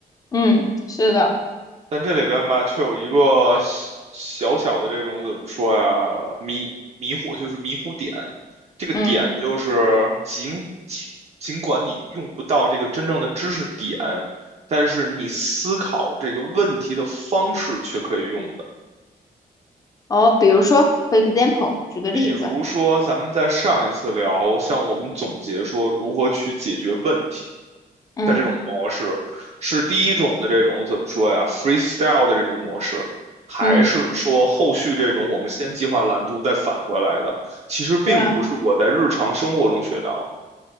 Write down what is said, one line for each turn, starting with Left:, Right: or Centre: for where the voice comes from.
Left: 嗯，是的，
Right: 但这里边吧，却有一个小小的这种怎么说呀，迷迷糊，就是迷糊点。这个点就是尽尽尽管你用不到这个真正的知识点，
Left: 嗯，
Right: 但是你思考这个问题的方式却可以用的。
Left: 哦，比如说，for example，举个例子，
Right: 比如说，咱们在上一次聊，像我们总结说如何去解决问题。
Left: 嗯
Right: 的这种模式，是第一种的这种怎么说呀，freestyle 的这种模式，还是说后续这种我们先计划蓝图再返回来的？
Left: 嗯，
Right: 其实并不是我在日常生活中学到，
Left: 对啊，